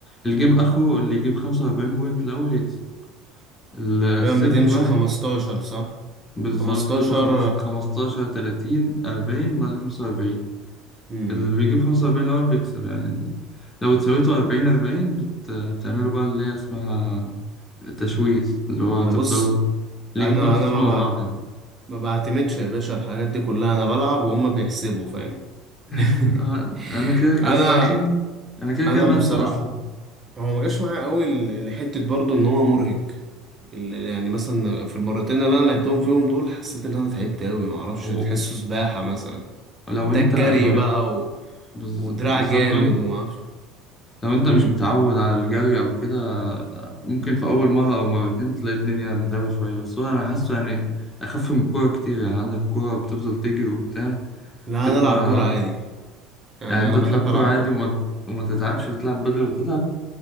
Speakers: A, on the left; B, on the right.
A: الجيم اخره اللي يجيب 45 بوينت الاول يكسب ال- السيف
B: تقريبا بتمشي
A: الواحد
B: 15 صح
A: بالظبط
B: 15
A: تبقى خمس- 15 30 40 وبعدين 45
B: امم
A: اللي بيجيب 45 الاول بيكسب يعني لو اتساويتوا 40 40 بت... بتعملوا بقى اللي هي اسمها تشويش اللي هو
B: انا
A: تفضلوا
B: بص
A: اللي
B: انا
A: يجيب نقطتين
B: انا ما
A: ورا بعض
B: ب...
A: يعني
B: ما بعتمدش يا باشا الحاجات دي كلها انا بلعب وهم بيحسبوا فاهم
A: <laughs>
B: <laughs>
A: انا أنا كده
B: انا
A: اصلا كده انا كده
B: انا
A: كده بنسى
B: بصراحه
A: اصلا
B: هو ما جاش معايا قوي ل- لحته برضو ان هو مرهق ال- يعني مثلا في المرتين اللي انا لعبتهم فيهم دول حسيت ان انا تعبت قوي ما اعرفش
A: هو
B: تحسه سباحه مثلا
A: لو
B: محتاج
A: انت
B: جري
A: لو
B: بقى
A: انت
B: و...
A: بز-
B: ودراع
A: بالظبط
B: جامد
A: لو انت
B: وما اعرفش
A: لو انت
B: امم
A: مش متعود على الجري او كده ممكن في اول مره او مرتين تلاقي الدنيا متعبه شويه بس هو انا حاسه يعني اخف من الكوره كتير يعني عندك كوره بتفضل تجري وبتاع
B: لا
A: بتبقى
B: انا العب كوره عادي يعني
A: يعني انت
B: انا
A: تلعب
B: بحب
A: كوره
B: العب
A: عادي
B: كوره
A: وما, وما تتعبش بتلعب بدل وتتعب